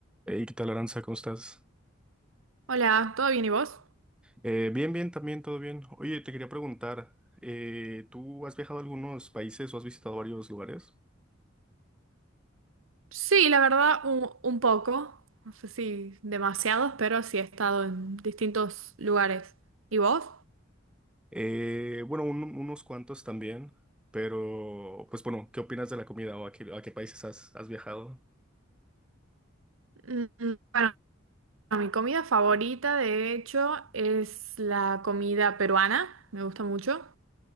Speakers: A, in the centre; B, on the right.
A: Hey, ¿qué tal, Aranza? ¿Cómo estás?
B: Hola, ¿todo bien y vos?
A: Eh, bien, bien, también, todo bien. Oye, te quería preguntar, eh, ¿tú has viajado a algunos países o has visitado varios lugares?
B: Sí, la verdad, un, un poco. No sé si demasiados, pero sí he estado en distintos lugares. ¿Y vos?
A: Eh, bueno, un- unos cuantos también, pero, pues bueno, ¿qué opinas de la comida o a qué, a qué países has, has viajado?
B: Mm, Bueno, mi comida favorita, de hecho, es la comida peruana. Me gusta mucho.